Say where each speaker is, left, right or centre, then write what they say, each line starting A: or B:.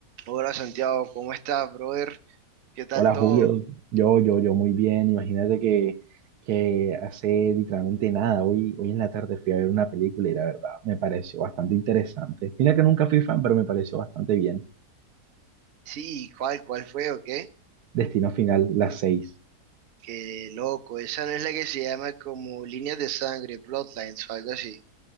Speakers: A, on the right; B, on the right.
A: Hola Santiago, ¿cómo estás, brother? ¿Qué tal
B: Hola
A: todo?
B: Julio, yo, yo, yo muy bien. Imagínate que, que hace literalmente nada. Hoy, hoy en la tarde fui a ver una película y la verdad me pareció bastante interesante. Mira que nunca fui fan, pero me pareció bastante bien.
A: Sí, ¿cuál, cuál fue o qué?
B: Destino Final, las seis.
A: Qué loco, esa no es la que se llama como líneas de sangre, bloodlines o algo así.